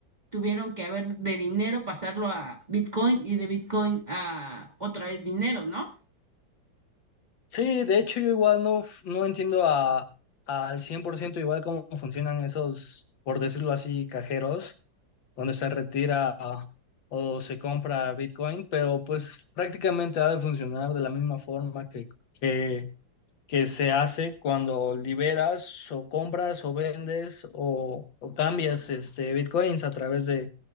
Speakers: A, on the right (about 20°); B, on the left (about 75°).
A: tuvieron que haber de dinero pasarlo a Bitcoin y de Bitcoin a otra vez dinero, ¿no?
B: Sí, de hecho yo igual no, f- no entiendo a, al 100% igual cómo funcionan esos, por decirlo así, cajeros. donde se retira ah, o se compra Bitcoin, pero pues prácticamente ha de funcionar de la misma forma que, que, que se hace cuando liberas o compras o vendes o, o cambias este, Bitcoins a través de,